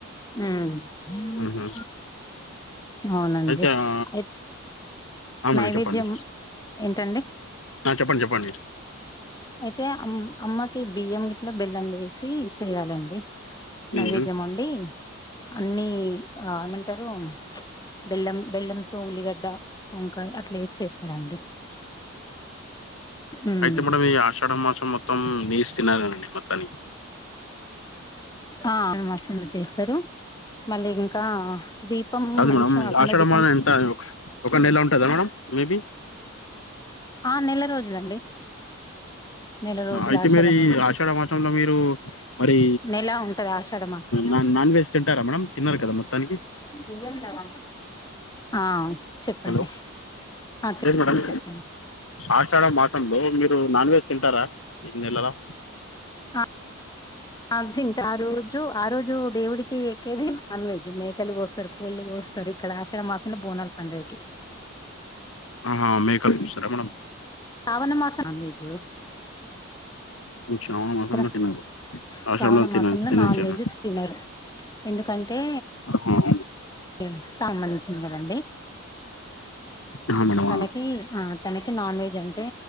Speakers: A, on the left (about 15°); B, on the left (about 75°).
A: ఉమ్
B: ఉహు
A: అవునండి
B: అయితే ఆ
A: అయితే
B: ఆ మేడం
A: నైవేద్యం
B: చెప్పండి
A: ఏంటండి
B: ఆ చెప్పండి చెప్పండి
A: అయితే అమ్ అమ్మకి బియ్యం గిట్లో బెల్లం వేసి చెయాలండి నైవేద్యం
B: ఉమ్, ఉమ్,
A: అండి అన్ని ఆ ఏమంటారు బెల్లం బెల్లంతో ఉల్లిగడ్డ వంకాయ అట్లా ఏసీ చేస్తారండి ఉమ్
B: అయితే మేడంమ్ ఈ ఆషాఢ మాసం మొత్తం నీస్ తిన్నారనండి మొత్తానికి
A: ఆ అ మాసంలో చేస్తారు మళ్ళీ ఇంకా దీపం
B: కాదు
A: మంచి
B: మేడం
A: ఆఖండ
B: ఆషాఢ
A: దీపం
B: మాసం ఎంత ఒక ఒక నెల ఉంటుందా మేడం మేబీ
A: ఆ నెల రోజులండి నెల రోజులు
B: అయితే
A: ఆషాఢ
B: మీరు
A: మాసం
B: ఈ ఆషాఢ మాసంలో మీరు మరి
A: నెల ఉంటది ఆషాఢ మాసం
B: నాన్ నాన్ వెజ్ తింటారా మేడమ్ తిన్నారు కదా మొత్తానికి
A: ఇయందవా ఆ చెప్పండి
B: హలో
A: ఆ చెప్పండి
B: లేదు మేడం
A: చెప్పండి
B: ఆషాఢ మాసంలో మీరు నాన్ వెజ్ తింటారా ఇ నెలలా
A: ఆ ఆ తింటా ఆ రోజు ఆ రోజు దేవుడికి ఎక్కేది నాన్ వెజ్ మేకలు కోస్తారు కోళ్లు కోస్తారు ఇక్కడ ఆషాడ మాసంలో బోనాల్ పండగకి
B: ఆహా మేకని కోస్తారా మేడం
A: శ్రావణ మాసం నాన్ వెజ్
B: శ్రావణ మాసంలో
A: శ్ర
B: తినరు ఆషాఢంలో
A: శ్రావణ
B: తిన
A: మాసంల
B: తినొచ్చేనండి
A: నాన్ వెజ్ తినరు ఎందుకంటే
B: ఆహా అవును.
A: ఉ స్ట్రాంగ్ మంచిగ ఉన్నదండి
B: ఆహా మేడం
A: తనకి
B: ఆ
A: ఆ తనకి నాన్ వెజ్ అంటే